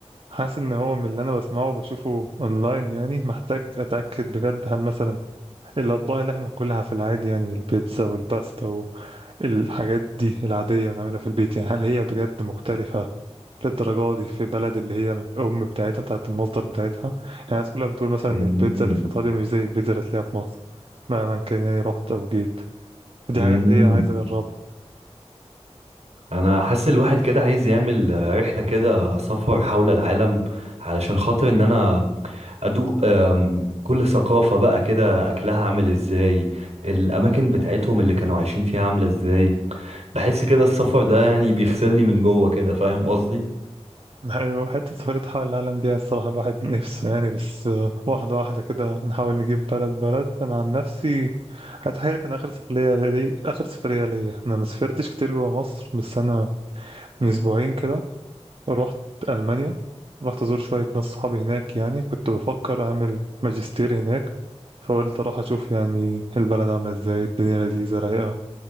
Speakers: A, on the right; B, on the right.
A: حاسس ان هو من اللي انا بسمعه وبشوفه اونلاين يعني محتاج اتاكد بجد هل مثلا الاطباق اللي احنا بناكلها في العادي يعني البيتزا والباستا والحاجات دي العاديه ونعملها في البيت يعني هل هي بجد مختلفه للدرجة دي في بلد اللي هي الأم بتاعتها بتاعت المصدر بتاعتها يعني الناس كلها بتقول مثلا
B: مم.
A: البيتزا اللي في إيطاليا مش زي البيتزا اللي تلاقيها في مصر مهما كان يعني رحت أو جيت دي
B: مم.
A: حاجات اللي هي عايز أجربها
B: انا حاسس الواحد كده عايز يعمل رحله كده سفر حول العالم علشان خاطر ان انا ادوق أم، كل ثقافه بقى كده اكلها عامل ازاي الاماكن بتاعتهم اللي كانوا عايشين فيها عامله ازاي بحس كده السفر ده يعني بيغسلني من جوه كده فاهم قصدي
A: <laughs> أيوة حتة سفرية حول العالم دي الصراحة الواحد نفسه يعني بس آه، واحدة واحدة كده نحاول نجيب بلد بلد أنا عن نفسي هتخيل كان آخر سفرية لي آخر سفرية ليا أنا ما سافرتش كتير جوا مصر بس أنا من أسبوعين كده رحت ألمانيا رحت أزور شوية ناس صحابي هناك يعني كنت بفكر أعمل ماجستير هناك فقلت أروح أشوف يعني البلد عاملة إزاي الدنيا لذيذة رايقة